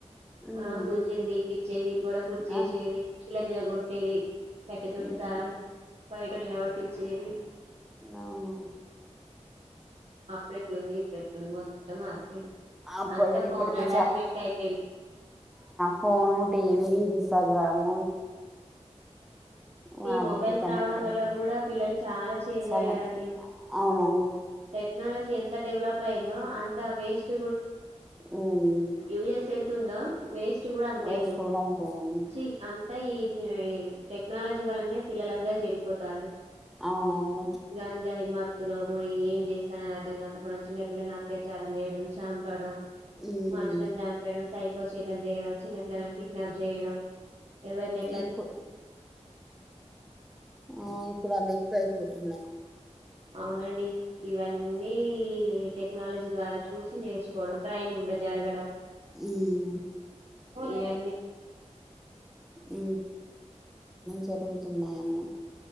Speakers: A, in the centre; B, on the right.
A: ఉమ్,
B: ఆ గుంజ జల్ దీపిచ్చేది గోడ కుర్చేసేది
A: ఆ
B: ఇల మీద గట్టేది కట్టటి తటి
A: ఉమ్,
B: సారు బయ పట్ట నిలవర్పించేది
A: అవును
B: ఆ పలేట్లు ఈ ప్లేట్లు మొత్తమారి
A: అప్పటికి
B: అంతా ఫోన్
A: ఇప్పటికి
B: అటాచ్మెంట్ క అయిపోయిలే
A: ఫోన్ టీవ ఇంస్టాగ్రామ్ వాటికి
B: ఈ మొబైల్స్
A: కనెక్ట్
B: రావడం
A: అయిపోయి
B: వల్ల కూడా పిల్లలు చాలా చేంజ్
A: చాలా
B: అయ్యారండి
A: అవునండి
B: టెక్నాలజీ ఎంత డెవలప్ అయిందో అంత వేస్ట్
A: ఉమ్,
B: ఉ ఎస్ఎ ఉందా వేస్ట్ కూడా అంతే
A: వయసు
B: ఉంది
A: కూడా అంతే అండి
B: అంతా ఈ టెక్నాలజీ వలనే పిల్లలందరు చెడిపోతారు
A: అవునండి
B: గంజాయి మాత లోన ఏం చేస్త అర్థం కాకపోవడం చిన్నపిల్లలను అత్యాచారం చేయడం చంపడం
A: ఉమ్,
B: మనుషులను చంపేయడం సై ఎ సకం చేయడం చిన్నపిల్లలను కిడ్నాప్ చేయడం ఎవరిని ఎట్టా
A: ఇప్పు ఆ ఇప్పుడు అవి ఎక్కువ అయిపోతున్నాయి
B: అవునండి ఇవన్నీ టెక్నాలజీ ద్వారా చూసి నేర్చుకోవడం క్రైమ్ కూడా జరగడం
A: ఉమ్.
B: ఏ అన్నన్ని
A: అ జరుగుతున్నాయన్నీ